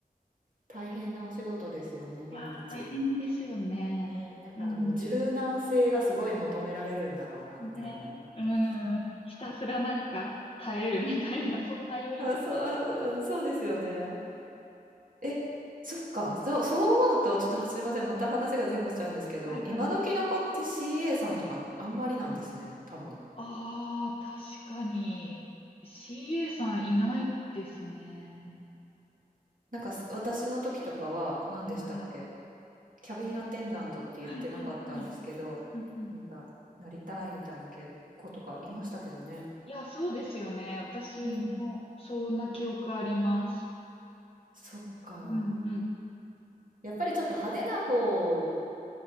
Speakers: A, on the right; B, on the left.
A: 大変なお仕事ですよね、毎日。
B: いやー、大変ですよね。
A: ね、なんかあの柔軟性がすごい求められるんだろうなって思います。
B: うん。ね。う
A: うん。
B: ん。ひたすらなんか耐えるみたいな、<laughs> そんなイメージ。
A: あ、そう、あ、そううん、そうですよね。え、そっか、そう、そう思うと、ちょっとすいません、また話が前後しちゃうんですけど、
B: はいはい。
A: 今時の子って CA さんとかあんまりなんですね、多分。
B: ああ、確かに。CA さんいないですね。
A: なんかす私の時とかは何でしたっけ
B: はいはい。
A: キャビンアテンダントって言ってなかったんですけど、
B: はいはいはい。うんうん
A: なんかなりたいみたいな子とかいましたけどね。
B: いや、そうですよね。私も、
A: うん。
B: そんな記憶あります。
A: そっか。
B: うんうん。
A: やっぱりちょっと派手な方